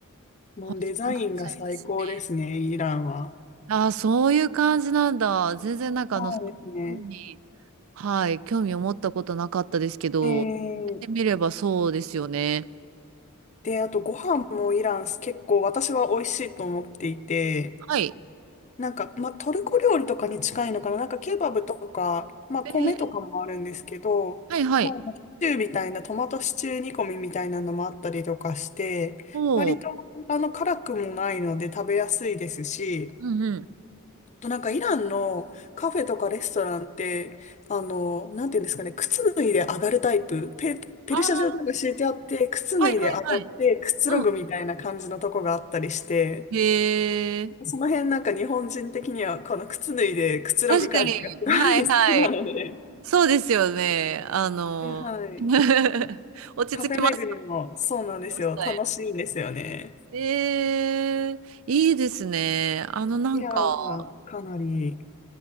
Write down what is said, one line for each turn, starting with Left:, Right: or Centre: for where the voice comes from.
Left: もうデザインが最高ですね、
Right: 欲しくなっちゃいますね。
Left: イランは。
Right: ああ、そういう感じなんだ。全然なんかあの、
Left: そうですね。
Right: そういうのに、はい、興味を持ったことなかったですけど、
Left: えー
Right: やってみればそうですよね。
Left: で、あとご飯もイラン結構私は美味しいと思っていて、
Right: はい。
Left: なんか、まあ、トルコ料理とかに近いのかな。なんか、ケバブとか、まあ、
Right: えー、
Left: 米とかもあるんですけど、
Right: はいはい。
Left: まあ、シチューみたいな、トマトシチュー煮込みみたいなのもあったりとかして、
Right: おー。
Left: 割と、あの、辛くもないので食べやすいですし、
Right: うんうん。
Left: あとなんか、イランのカフェとかレストランって、あの、なんていうんですかね、靴脱いで上がるタイプ、ペ、ペルシャ状とか敷いてあって、
Right: ああ、
Left: 靴脱いで上がって、
Right: はいはいはい。
Left: くつろぐみたいな感じのとこがあったりして、
Right: うん。へえ。
Left: その辺なんか日本人的にはこの靴脱いでくつろぐ感じがすごい好きなので、
Right: 確かに。はいはい。そうですよね。あの、
Left: はい。
Right: <laughs> 落ち着きます。
Left: カフェ巡りもそうなんですよ。
Right: このスタイ
Left: 楽しいんですよね。
Right: ル。ええ、いいですね。あの、なんか、
Left: イランはかなり、